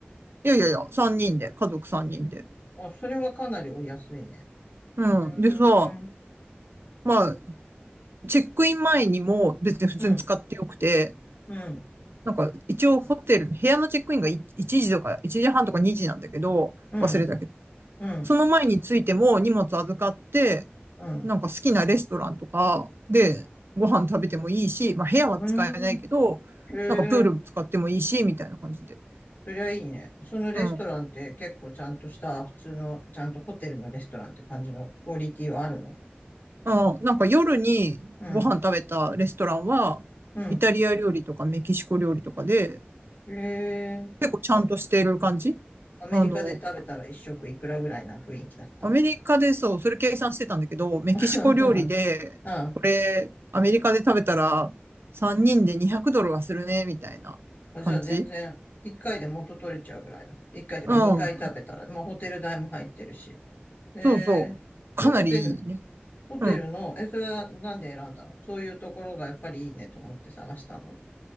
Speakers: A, on the right (about 70°); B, on the left (about 45°).
A: いやいやいや、3人で、家族3人で。
B: あ、それはかなりお安いね。
A: うん。
B: うーん。
A: でさ、まあ、チェックイン前にも別に普通に使ってよくて、
B: うん。うん。
A: なんか一応ホテルの部屋のチェックインがい1時とか1時半とか2時なんだけど、
B: うん。
A: 忘れたけど、
B: うん、
A: その前についても荷物預かって、
B: うん。
A: なんか好きなレストランとかでご飯食べてもいいし、まあ部屋は使えないけど、
B: うーん。へえ、
A: なんかプール使ってもいいし、みたいな感じで。
B: そりゃいいね。そのレストランって結構ちゃんとした、
A: うん。
B: 普通の、ちゃんとホテルのレストランって感じのクオリティはあるの
A: うん、なんか夜にご飯食べたレストランは、
B: うん、う
A: イタリア料理とかメキシコ料理とかで、
B: ん。へえ。
A: 結構ちゃんとしている感じあの、
B: あ、アメリカで食べたら一食いくらぐらいな雰囲気だった。
A: アメリカでそう、それ計算してたんだけど、メキシコ料理で、
B: <laughs> そうなんだ。
A: これ、アメリカで食べたら、3人で200ドルはするね、みたいな感じ
B: うんじゃあ全然、一回で元取れちゃうぐらいだ。一回というか二回食べたら、
A: うん。
B: まあホテル代も入ってるし。へえ。
A: そうそう。かなりいいね。
B: で、ホテル、ホテルの、
A: うん。
B: え、それはなんで選んだのそういうところがやっぱりいいねと思って探したの